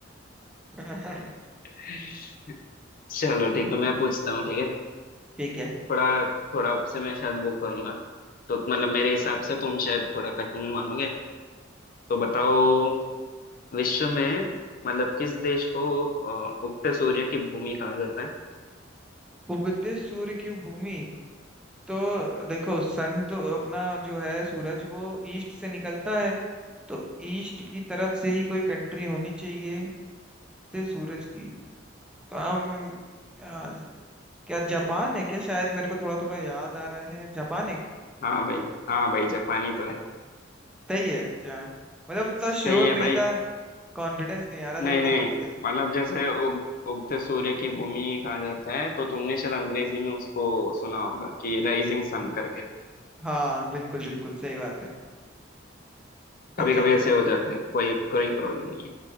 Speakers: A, in the centre; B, on the left.
A: <laughs>
B: <laughs> चलो ठीक है मैं पूछता हूँ ठीक है
A: ठीक है
B: थोड़ा थोड़ा आपसे मैं शायद वो करूंगा तो मतलब मेरे हिसाब से तुम शायद थोड़ा कठिन मानोगे तो बताओ विश्व में मतलब किस देश को अ, उगते सूर्य की भूमि कहा जाता है
A: उगते सूर्य की भूमि तो देखो सन तो अपना जो है सूरज वो ईस्ट से निकलता है तो ईस्ट की तरफ से ही कोई कंट्री होनी चाहिए ते सूरज की तो हम आ, क्या जापान है क्या शायद मेरे को थोड़ा थोड़ा याद आ रहा है जापान है
B: हाँ भाई हाँ भाई जापानी तो है
A: सही है अच्छा मतलब उतना
B: सही
A: श्योर
B: है
A: नहीं
B: भाई
A: था कॉन्फिडेंस नहीं आ रहा
B: नहीं
A: था उतना
B: नहीं
A: पर सही है
B: मतलब जैसे उग, उगते सूर्य की भूमि कहा जाता है तो तुमने शायद अंग्रेजी में उसको सुना होगा कि राइजिंग सन करके
A: हाँ बिल्कुल बिल्कुल सही बात है
B: कभी
A: अच्छा
B: कभी ऐसे
A: चलो
B: हो जाते हैं कोई कोई प्रॉब्लम नहीं है